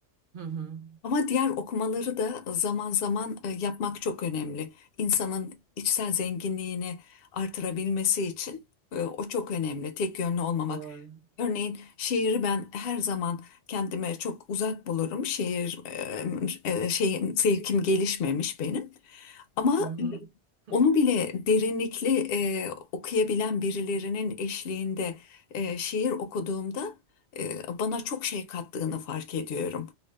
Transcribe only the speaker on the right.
Hı hı.
Doğru.
Hı hı. <laughs>